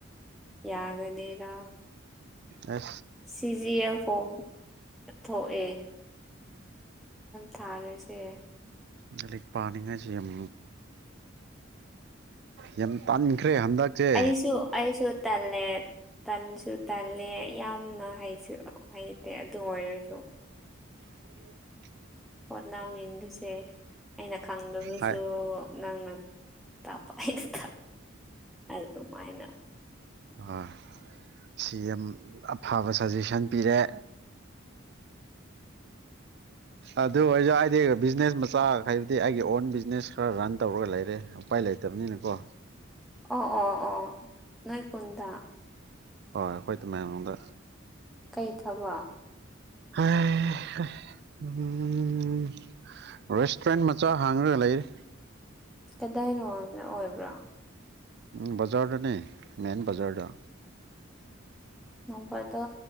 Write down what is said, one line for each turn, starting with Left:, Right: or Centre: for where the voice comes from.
Centre: ꯌꯥꯒꯅꯤꯔꯥ
Right: ꯑꯥ
Centre: ꯁꯤꯖꯤ ꯑꯦ ꯐꯣꯝ ꯊꯣꯛꯑꯦ ꯊꯥꯔꯁꯦ
Right: ꯂꯥꯏꯔꯤꯛ ꯄꯥꯅꯤꯡꯉꯥꯏꯁꯤ ꯌꯥꯝ ꯌꯥꯝ ꯇꯈ꯭ꯔ ꯦ ꯍꯝꯗ ꯆꯦ
Centre: ꯑꯩꯁꯨ ꯑꯩꯁꯨ ꯇꯜꯂꯦ ꯇꯟꯁꯨ ꯇꯜꯂꯦ ꯌꯥꯝ ꯍꯩꯇꯦ ꯑꯗꯨ ꯑꯣꯏꯔꯁꯨ
Right: ꯍ
Centre: ꯍꯣꯠꯅꯃꯤꯦꯟꯕꯁꯦ ꯑꯩꯅ ꯈꯪꯗꯕꯁꯨ
Right: ꯍꯥꯏ
Centre: ꯅꯪꯅ ꯇꯥꯛꯄ ꯑꯩꯅ ꯑꯩ ꯑꯗꯨꯃꯥꯏꯅ
Right: ꯑꯥ ꯁꯤ ꯌꯥꯝ ꯑꯐꯕ ꯁꯖꯦꯁꯟ ꯄꯤꯔꯦ
Centre: <unintelligible>
Right: ꯑꯗꯨ ꯑꯣꯏꯔꯖꯥ ꯍꯥꯏꯗꯤ ꯕꯤꯖꯤꯅꯦꯁ ꯃꯆꯥ ꯍꯥꯏꯩꯕꯗꯤ ꯑꯩꯒꯤ ꯑꯣꯟ ꯕꯤꯖꯤꯅꯦꯁ ꯈꯔ ꯔꯟ ꯇꯧꯔꯒ ꯂꯩꯔꯦ ꯎꯄꯥꯏ ꯂꯩꯇꯦ ꯂꯩꯇꯕꯅꯤꯅꯀꯣ
Centre: ꯑꯣ ꯑꯣ ꯑꯣ ꯅꯣꯏ ꯀꯣꯟꯗ
Right: ꯍꯣꯏ ꯍꯣꯏ ꯇꯣ ꯃꯌꯥꯝ ꯑꯃꯗ
Centre: ꯀꯩ ꯊꯕ
Right: <unintelligible> ꯔꯦꯁꯇꯨꯔꯦꯟ ꯃꯆꯥ ꯍꯥꯡꯉꯒ ꯂꯩꯔꯤ
Centre: ꯀꯗꯥꯏꯅꯣ ꯑꯣꯏꯕ꯭ꯔꯣ
Right: ꯎꯝ ꯕꯖꯔꯗꯅꯦ ꯃꯦꯟ ꯕꯖꯔꯗ
Centre: ꯅꯣꯡꯐꯥꯗꯣ